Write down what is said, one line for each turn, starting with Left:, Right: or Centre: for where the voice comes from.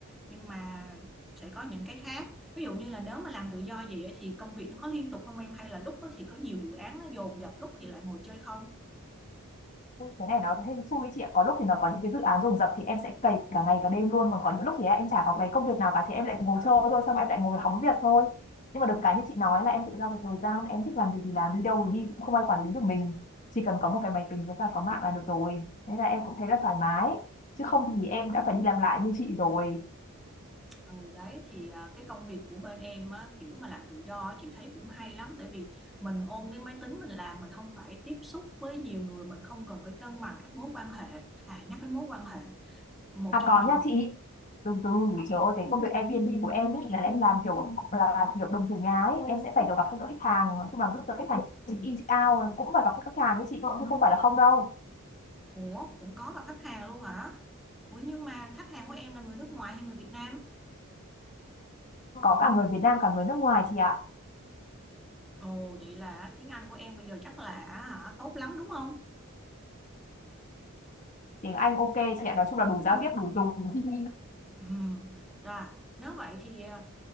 Centre: nhưng mà sẽ có những cái khác ví dụ như là nếu mà làm tự do vậy ấy thì công việc nó có liên tục không em hay là lúc đó thì có nhiều dự án nó dồn dập lúc thì lại ngồi chơi không
Left: Ui, cái này nó hên xui đấy chị ạ có lúc thì nó có những cái dự án dồn dập thì em sẽ cày cả ngày cả đêm luôn còn có những lúc thì em chả có cái công việc nào cả thì em lại ngồi chơi thôi xong rồi em lại ngồi hóng việc thôi nhưng mà được cái như chị nói là em tự do về thời gian em thích làm gì thì làm đi đâu thì đi cũng không ai quản lý được mình chỉ cần có một cái máy tính với cả có mạng là được rồi thế là em cũng thấy là thoải mái chứ không thì em đã phải đi làm lại như chị rồi
Centre: Ừ, đấy thì à, cái công việc của bên em á, kiểu mà làm tự do á, chị thấy cũng hay lắm tại vì mình ôm cái máy tính mình làm mình không phải tiếp xúc với nhiều người mình không cần phải cân bằng các mối quan hệ à nhắc đến mối quan hệ một
Left: À
Centre: trong
Left: có
Centre: những
Left: nha chị. Từ từ, trời ơi cái công việc Airbnb của em ý là em làm kiểu là kiểu đồng chủ nhà ấy, em sẽ phải kiểu gặp các khách hàng, nói chung là lúc giờ khách hàng check in check out cũng phải gặp các khách hàng ấy chị, cũng không phải là không đâu.
Centre: ủa cũng có gặp khách hàng luôn hả ủa nhưng mà khách hàng của em là người nước ngoài hay người Việt Nam
Left: Có cả người Việt Nam cả người nước ngoài chị ạ.
Centre: ồ vậy là tiếng Anh của em bây giờ chắc là hả tốt lắm đúng không
Left: Tiếng Anh ok chị ạ, nói chung là đủ giao tiếp đủ dùng. <laughs>
Centre: ừ. Rồi nếu vậy thì à,